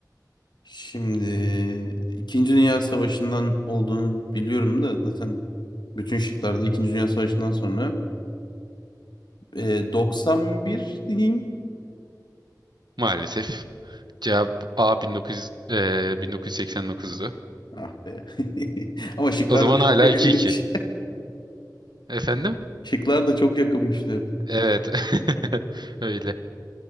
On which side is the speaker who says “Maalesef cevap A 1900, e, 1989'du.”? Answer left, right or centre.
Right